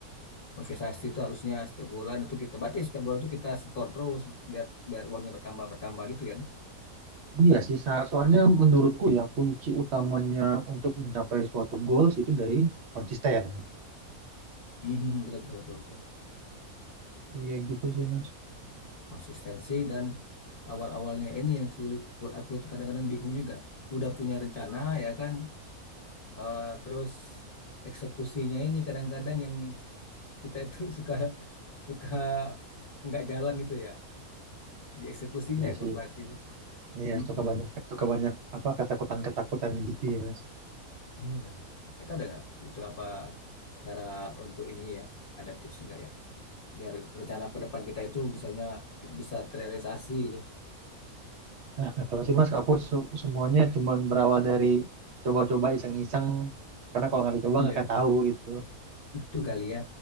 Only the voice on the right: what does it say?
Iya sih, sa- soalnya menurutku ya kunci utamanya untuk mencapai suatu goals itu dari konsisten.
Iya gitu sih mas.
Iya
sih.
Iya
suka banyak suka banyak apa ketakutan-ketakutannya gitu ya mas.
Nah nggak tahu sih mas, aku se- semuanya cuman berawal dari coba-coba iseng-iseng karena kalau nggak dicoba
nggak akan tahu gitu.